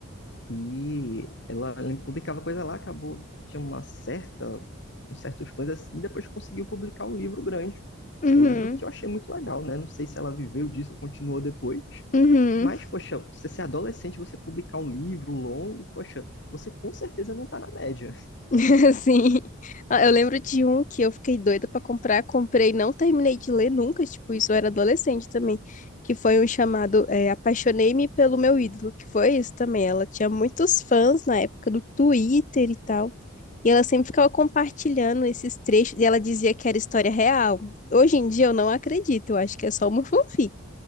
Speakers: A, on the left; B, on the left.
A: E ela, ela publicava coisa lá, acabou, tinha uma certa, uns certos fãs assim, e depois conseguiu publicar um livro grande.
B: Uhum,
A: Eu lembro que eu achei muito legal, né? Não sei se ela viveu disso ou continuou depois.
B: uhum.
A: Mas, poxa, você ser adolescente, você publicar um livro longo, poxa, você com certeza não tá na média.
B: <laughs> Sim. Ah, Eu lembro de um que eu fiquei doida pra comprar, comprei, não terminei de ler nunca, tipo, isso eu era adolescente também, que foi um chamado é, Apaixonei-me pelo meu ídolo, que foi isso também. Ela tinha muitos fãs na época do Twitter e tal. E ela sempre ficava compartilhando esses trechos e ela dizia que era história real. Hoje em dia eu não acredito, eu acho que é só uma <laughs> fanfic